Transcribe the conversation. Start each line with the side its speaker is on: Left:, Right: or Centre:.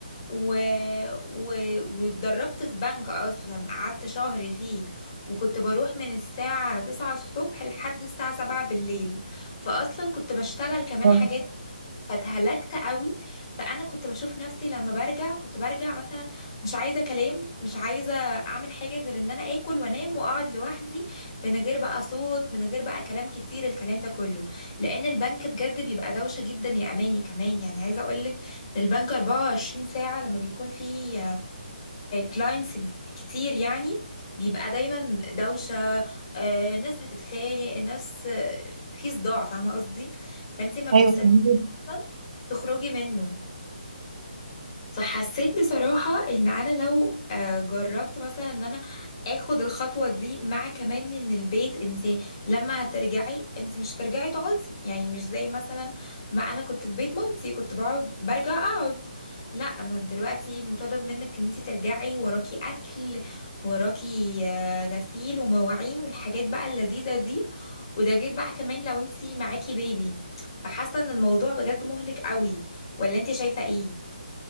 Left: و... و... واتدربت في بنك اصلا قعدت شهر فيه وكنت بروح من الساعة تسعة الصبح لحد الساعة سبعة بالليل فاصلا كنت بشتغل كمان
Right: آه،
Left: حاجات فاتهلكت قوي فانا كنت بشوف نفسي لما برجع كنت برجع مثلا مش عايزه كلام مش عايزه اعمل حاجه غير ان انا اكل وانام واقعد لوحدي من غير بقى صوت من غير بقى كلام كتير الكلام ده كله لان البنك بجد بيبقى دوشه جدا يا اماني كمان يعني عايزه اقول لك ان البنك 24 ساعه لما بيكون في كلاينتس كتير يعني بيبقى دايما دوشه آه، ناس بتتخانق ناس آه، في صداع فاهمه قصدي فانت ما بتصدقي
Right: ايوه فهمت.
Left: تخرجي منه فحسيت بصراحة ان انا لو آه، جربت مثلا ان انا اخد الخطوة دي مع كمان ان البيت انت لما هترجعي انت مش هترجعي تقعدي يعني مش زي مثلا ما انا كنت في بيت مامتي كنت بقعد برجع اقعد لا انا دلوقتي مطالب منك ان انت ترجعي وراكي اكل وراكي آه، غسيل ومواعين والحاجات بقى اللذيذة دي وده غير بقى كمان لو انت معاكي بيبي فحاسة ان الموضوع بجد مهلك قوي ولا انت شايفة ايه